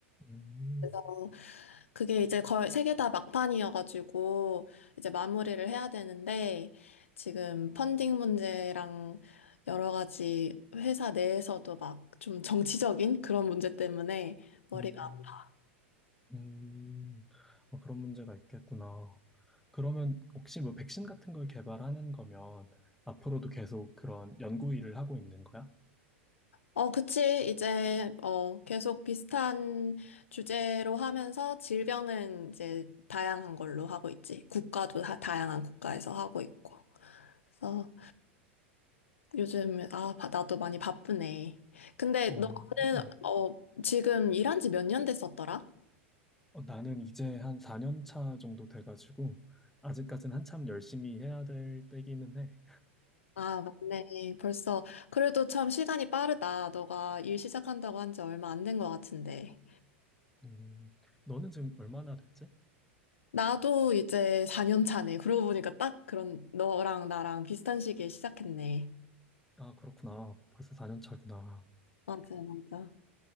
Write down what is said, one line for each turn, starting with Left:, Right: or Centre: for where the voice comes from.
Centre: 음,
Left: 그래서 그게 이제 거의 세 개 다 막판이어가지고 이제 마무리를 해야 되는데 지금 펀딩 문제랑 여러 가지 회사 내에서도 막 좀 정치적인 그런 문제 때문에 머리가
Centre: 음,
Left: 아파.
Centre: 음. 어, 그런 문제가 있겠구나. 그러면 혹시 뭐 백신 같은 걸 개발하는 거면 앞으로도 계속 그런 연구 일을 하고 있는 거야?
Left: 어, 그치. 이제 어, 계속 비슷한 주제로 하면서 질병은 이제 다양한 걸로 하고 있지. 국가도 다 다양한 국가에서 하고 있고. 그래서 요즘, 아, 바- 나도 많이 바쁘네. 근데
Centre: 어,
Left: 너는,
Centre: 음.
Left: 어, 지금 일한 지 몇 년 됐었더라?
Centre: 어, 나는 이제 한 4년 차 정도 돼가지고 아직까진 한참 열심히 해야 될 때기는 해.
Left: 아, 맞네. 벌써, 그래도 참 시간이 빠르다. 너가 일 시작한다고 한지 얼마 안 된 것 같은데.
Centre: 음, 너는 지금 얼마나 됐지?
Left: 나도 이제 4년 차네. 그러고 보니까 딱 그런, 너랑 나랑 비슷한 시기에 시작했네.
Centre: 아, 그렇구나. 벌써 4년 차구나.
Left: 맞아, 맞아.